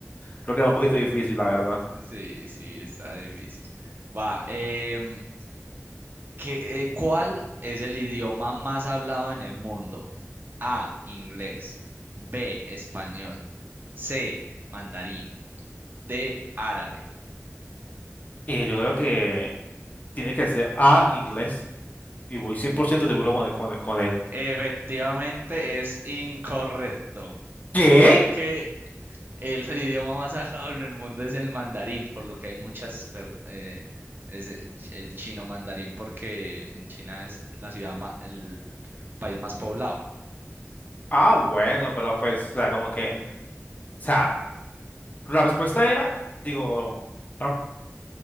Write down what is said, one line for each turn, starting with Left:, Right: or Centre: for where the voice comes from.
Left: creo que es un poquito difícil, la verdad.
Right: Sí, sí, está difícil. Va, em, ¿qué, eh, ¿cuál es el idioma más hablado en el mundo? A, inglés, B, español, C, mandarín, D, árabe.
Left: Y yo creo que tiene que ser A, inglés. Y voy 100% seguro con, con, con él.
Right: Efectivamente es incorrecto,
Left: ¿Qué?
Right: porque El <laughs> idioma más hablado en el mundo es el mandarín, por lo que hay muchas, per- eh, es el ch- el chino mandarín, porque en China es la ciudad, ma- el país más poblado.
Left: Ah, bueno, pero pues, o sea, como que, o sea, la respuesta era, digo, no,